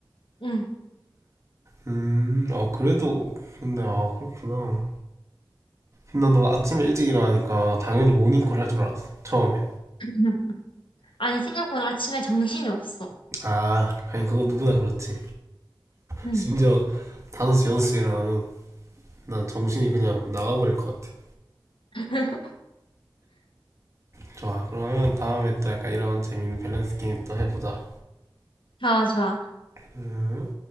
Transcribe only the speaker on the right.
음, 아, 그래도, 근데, 아, 그렇구나. 난 너가 아침에 일찍 일어나니까 당연히 모닝콜 할 줄 알았어. 처음엔.
아, 아니, 그건 누구나 그렇지.
심지어 5시, 6시 일어나면 난 정신이 그냥 나가버릴 것 같아.
좋아. 그러면 다음에 또 약간 이런 재밌는 밸런스 게임 또 해보자.
음.